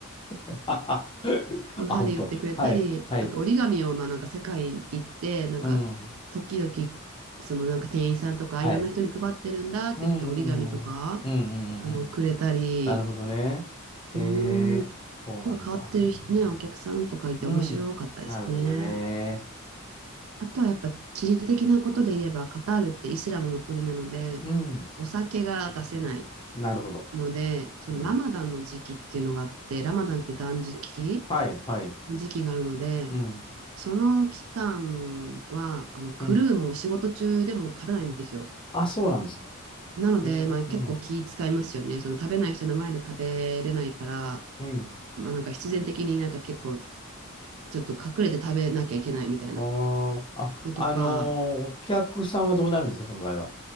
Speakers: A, on the left; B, on the right.
A: <laughs> あ、本当。
B: 歯で言ってくれたり、
A: はい、はい。
B: あと折り紙をまあなんか世界に行って、なんか時々
A: うん、
B: そのなんか店員さんとかいろんな人に配ってるんだって言って折り紙とか
A: はい。うん、うん、うん、うん、
B: あのくれたり、
A: うんうんなるほどね。ええそうなんだ。
B: うーん、なんか変わってる人ね、お客さんとかいて面白かったですね。
A: うん、なるほどね。
B: あとはやっぱ地理的なことで言えばカタールってイスラムの国なので、
A: うん、
B: お酒が出せない
A: なるほど。
B: ので、そのラマダンの時期っていうのがあって、
A: うん。
B: ラマダンって断食
A: はい、はい。
B: の時期があるので、
A: うん、
B: その期間は、あの、クルーもん仕事中でも食べないんですよ。
A: うん。あ、そうなんですか。
B: なので、
A: ええうん、
B: まあ結構気使いますよね。その食べない人の前で食べれないから、
A: うん。
B: まあなんか必然的になんか結構ちょっと隠れて食べなきゃいけないみたいな
A: あーあ、
B: のとか、
A: あのーお客さんはどうなるんですか、その場合は。